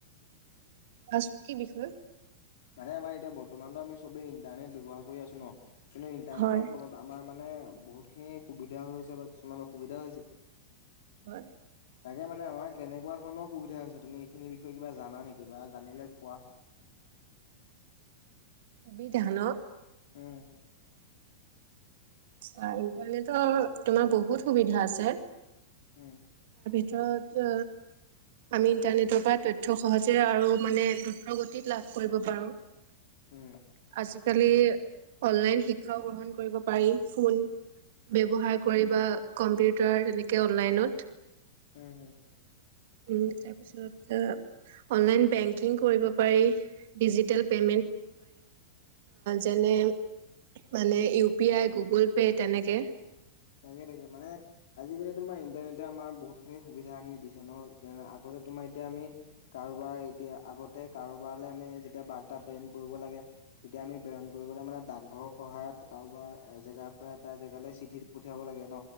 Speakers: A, on the right; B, on the left.
A: আছো কি বিষয়ে?
B: মানে আমাৰ এতিয়া বৰ্তমানত আমি চবেই ইণ্টাৰনেট ব্যৱহাৰ কৰি আছো ন। কিন্তু ইণ্টাৰনেটৰ
A: হয়।
B: ফলত আমাৰ মানে বহুত খিনি সুবিধা হৈছে বা কিছুমান অসুবিধাও হৈছে।
A: হয়।
B: তাকে মানে আমাৰ কেনেকুৱা ধৰণৰ সুবিধা হৈছে তুমি এইখিনি বিষয়ে কিবা জানা নেকি বা জানিলে কোৱা?
A: <inaudible> বিধানক,
B: উম,
A: চা ইণ্টাৰনেটৰ তোমাৰ বহুত সুবিধা আছে।
B: হম।
A: ত - ত আমি ইন্টাৰনেটৰ পৰা তথ্য সহজে, আৰু মানে দ্ৰুত গতিত লাভ কৰিব পাৰো। আজি
B: উম
A: আজিকালি, অনলাইন শিক্ষাও গ্ৰহণ কৰিব পাৰি। ফোন ব্যৱহাৰ কৰি বা কম্পিউটাৰ এনেকে অনলাইনত।
B: হম হুম।
A: উ তাৰপিছত অনলাইন বেংকিং কৰিব পাৰি, ডিজিতেল পে যেনে মানে, উ পি আই গগুল পে' তেনেকে
B: তাকে তাকে মানে, আজিকালি তোমাৰ ইণ্টাৰনেটে আমাৰ বহুত খিনি সুবিধা আনি দিছে ন যে, আগতে তোমাৰ এতিয়া আমি কাৰোবাৰ এতিয়া আগতে কাৰোবাৰৈ আমি, যেতিয়া বাৰ্তা প্ৰেৰণ কৰিব লাগে তেতিয়া আমি পেৰন কৰিবলে মানে, ডাকঘৰৰ সহায়ত কাৰোবাৰ এজেগাৰ পৰা এটা জেগালৈ চিঠিত, পঠিয়াব লাগে ন।